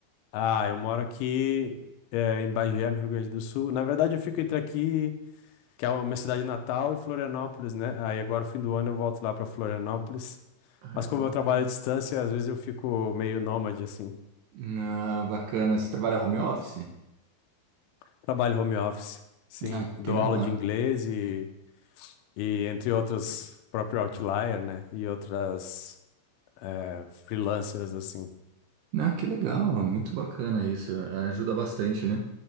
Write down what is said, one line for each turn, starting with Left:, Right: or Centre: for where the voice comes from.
Left: Ah, eu moro aqui é, em Bagé, no Rio Grande do Sul. Na verdade, eu fico entre aqui, que é a minha cidade natal, e Florianópolis, né? Aí agora, fim do ano, eu volto lá para Florianópolis.
Right: Ah,
Left: Mas como
Right: que bacana.
Left: eu trabalho à distância, às vezes eu fico meio nômade, assim.
Right: Ah, bacana. Você trabalha home office?
Left: Trabalho home office, sim.
Right: Ah,
Left: Dou
Right: que da
Left: aula
Right: hora.
Left: de inglês e, e entre outras, próprio Outlier, né? E outras eh, freelancers, assim.
Right: Ah, que legal. Muito bacana isso. Ajuda bastante, né?